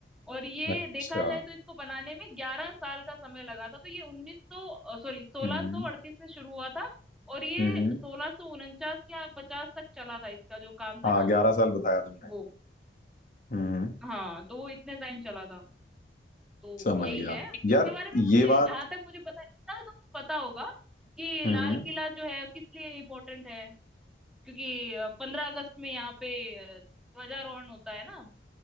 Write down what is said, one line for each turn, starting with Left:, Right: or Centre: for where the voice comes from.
Centre: और ये
Left: अच्छा
Centre: देखा जाए तो इसको बनाने में ग्यारह साल का समय लगा था तो ये उन्नीस सौ सॉरी सोलह
Left: हम्म
Centre: सौ अड़तीस में शुरू हुआ था और ये
Left: हम्म
Centre: सोलह सौ उनचास या पचास तक चला था इसका जो काम
Left: हाँ
Centre: था ना
Left: ग्यारह साल बताया तुमने
Centre: वो
Left: हम्म
Centre: हाँ तो वो इतने टाइम चला था तो
Left: समझ
Centre: यही
Left: गया
Centre: है इसके
Left: यार
Centre: बारे में मुझे
Left: ये बात
Centre: जहां तक मुझे पता इतना तो तुमको पता होगा कि
Left: हम्म
Centre: लाल किला जो है किस लिए इम्पोर्टेंट है क्योंकि पंद्रह अगस्त में यहाँ पे अ, ध्वजारोहण होता है ना